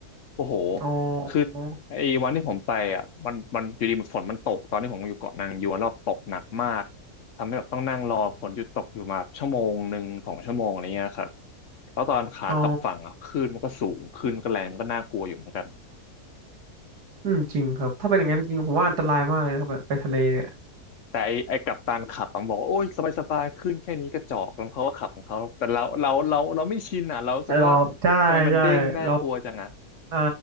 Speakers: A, on the left; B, on the right.
A: โอ้โห
B: อ๋อ
A: คือไอ้วันที่ผมไปอ่ะ มันมันอยู่ดีมันฝนมันตกตอนที่ผมอยู่เกาะนางยวนรอบตกหนักมากทำให้แบบต้องนั่งรอฝนหยุดตกอยู่มาชั่วโมงหนึ่งสองชั่วโมงอะไรเงี้ยครับแล้วตอนขากลับฝั่งอ่ะคลื่นมันก็สูงคลื่นก็แรงมันก็น่ากลัวอยู่เหมือนกัน
B: อ๋ออืมจริงครับถ้าเป็นอย่างนั้นจริงผมว่าอันตรายมากเลยนะครับแบบไปทะเลเนี่ย
A: แต่ไอ้ไอ้กัปตันขับมันบอกว่าโอ้ยสบายสบายคลื่นแค่นี้กระจอกแล้วเขาก็ขับของเขาแต่เราเราเราเราไม่ชินอ่ะเรารู้สึกว่า
B: เราใช่ใช่เรา
A: ทำไมมันเด้งน่ากลัวจังอ่ะ
B: เอ่อ